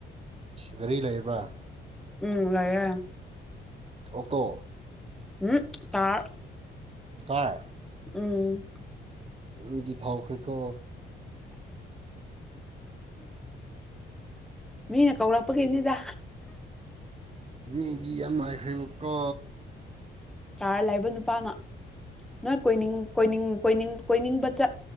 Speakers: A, on the right; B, in the centre.
A: ꯒꯥꯔꯤ ꯂꯩꯕ꯭ꯔ
B: ꯎꯝ ꯂꯩꯌꯦ
A: ꯑꯣꯛꯇꯣ
B: ꯎꯝ ꯇꯥ
A: ꯀ
B: ꯎꯝ
A: ꯏꯗꯤ ꯐꯥꯎꯈ꯭ꯔꯤꯀ
B: ꯃꯤꯅ ꯀꯧꯔꯛꯄꯒꯤꯅꯤꯗ
A: ꯃꯦꯗꯤꯌꯥ ꯃꯥꯏꯐꯩꯕꯀꯣ
B: ꯀꯥꯔ ꯂꯩꯕ ꯅꯨꯄꯥꯅ ꯅꯣꯏ ꯀꯣꯏꯅꯤꯡ ꯀꯣꯏꯅꯤꯡ ꯀꯅꯤꯡ ꯀꯣꯏꯅꯤꯡꯕ ꯆꯠ